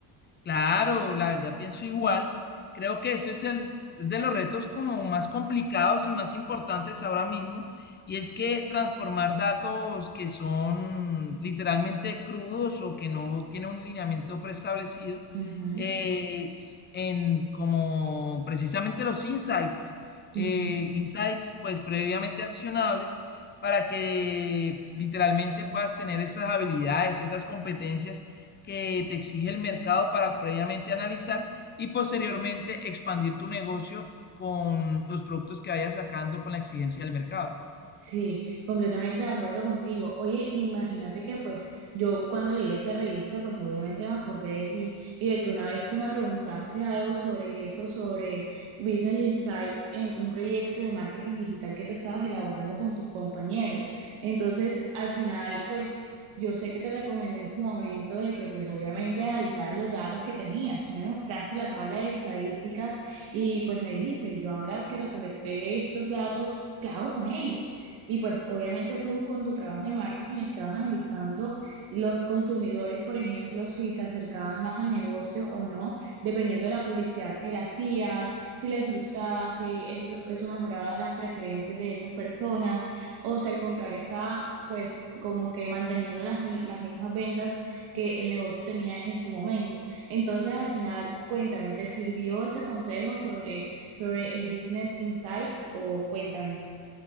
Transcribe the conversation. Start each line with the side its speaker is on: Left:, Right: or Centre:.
Left: Claro, la verdad pienso igual. Creo que ese es el es de los retos como más complicados y más importantes ahora mismo, y es que transformar datos que son literalmente crudos o que no tienen un lineamiento preestablecido
Right: Ujú,
Left: eh, s- en como precisamente los insights, eh,
Right: ujú.
Left: insights pues previamente accionables para que literalmente puedas tener esas habilidades, esas competencias que te exige el mercado para previamente analizar y posteriormente expandir tu negocio con los productos que vayas sacando con la exigencia del mercado.
Right: Sí, completamente de acuerdo contigo. Oye, imagínate que pues yo cuando leí esa revista, pues obviamente me acordé de ti y de que una vez tú me preguntaste algo sobre eso, sobre Business Insights en un proyecto de marketing digital que tú estabas elaborando con tus compañeros. Entonces, al final, pues yo sé que te recomendé en su momento de que pues obviamente analizaras los datos que tenías. Tú me mostraste la tabla de estadísticas y pues me dijiste, yo ahora que recolecté estos datos, ¿qué hago con ellos? Y pues obviamente tú con tu trabajo de marketing estabas analizando los consumidores, por ejemplo, si se acercaban más al negocio o no, dependiendo de la publicidad que le hacías, si les gustaba, si eso, eso mejoraba las preferencias de esas personas, o si al contrario estaba pues como que manteniendo las, mi- las mismas ventas que el negocio tenía en su momento. Entonces al final, cuéntame, ¿te sirvió ese consejo sobre, sobre el Business Insights o cuéntame?